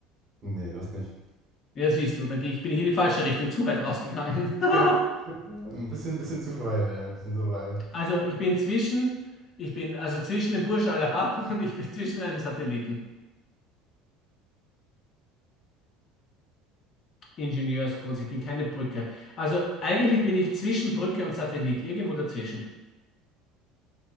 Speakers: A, on the right (about 30°); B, on the left (about 35°).
A: Nee, das nicht.
B: Ja, siehst du, dann gehe ich, bin ich in die falsche Richtung, zu weit rausgegangen.
A: <laughs>
B: <laughs>
A: Ein bisschen, bisschen zu weit, ja, ein bisschen zu weit.
B: Also ich bin zwischen, ich bin also zwischen dem Burj Al Arab <laughs> und ich bin zwischen einem Satelliten. Ingenieurskunst, ich bin keine Brücke. Also eigentlich bin ich zwischen Brücke und Satellit, irgendwo dazwischen.